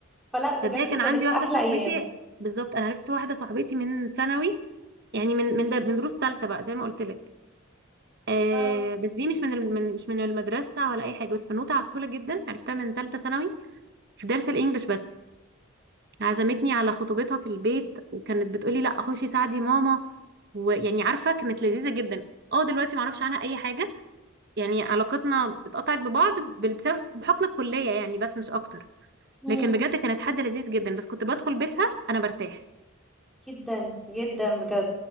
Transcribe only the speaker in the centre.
فلا بجد
كانت
احلى
ايام
اه
مم.
جدا جدا بجد